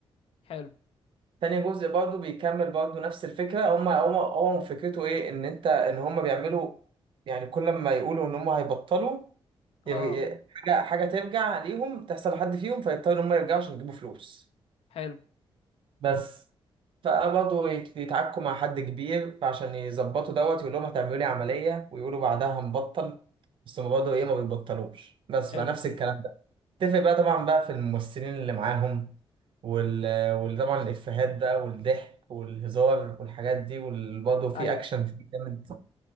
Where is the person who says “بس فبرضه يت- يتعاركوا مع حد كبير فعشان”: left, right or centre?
Right